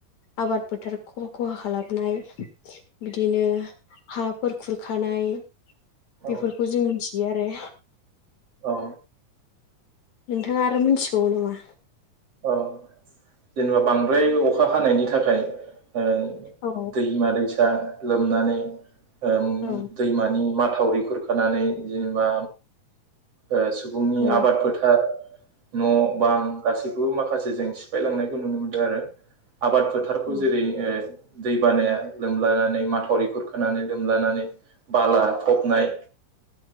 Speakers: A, on the left (about 60°); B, on the right (about 45°).
A: आबाद फोथार ख-खहा खालामनाय बिदिनो हाफोर खुरखानाय बेफोरखौ
B: औ
A: जों मिथियो आरो
B: औ
A: नोंथाङा आरो मोनथिबावो नामा
B: औ जेनेबा बांद्राय अखा हानायनि थाखाय ओ
A: औ
B: दैमा दैसा लोमनानै ओम
A: औ
B: दैमानि माथा माथावरि खुरखानानै जेनेबा ओ सुबुंनि
A: औ
B: आबाद फोथार न' बां गासैखौबो माखासे जों सि फायलांनायखौ नुनो मोनदों आरो आबाद फोथारखौ
A: औ
B: जेरै ओ दै बानाया लोमलानानै माथावरि खुर खोनानै लोमलानानै बाला फबनाय